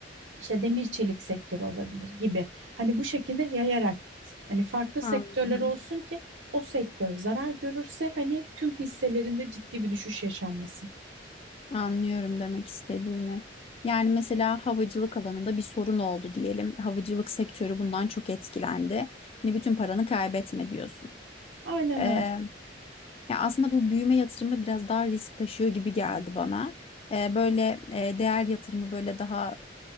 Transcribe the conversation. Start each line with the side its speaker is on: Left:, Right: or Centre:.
Right: işte demir çelik sektörü olabilir gibi. Hani bu şekilde yayarak git. Hani farklı
Left: Anladım.
Right: sektörler olsun ki o sektör zarar görürse hani tüm hisselerinde ciddi bir düşüş yaşanmasın.
Left: Anlıyorum demek istediğini. Yani mesela havacılık alanında bir sorun oldu diyelim. Havacılık sektörü bundan çok etkilendi. Hani bütün paranı kaybetme diyorsun.
Right: Aynen
Left: Ee,
Right: öyle.
Left: ya aslında bu büyüme yatırımı biraz daha risk taşıyor gibi geldi bana. Ee, böyle e, değer yatırımı böyle daha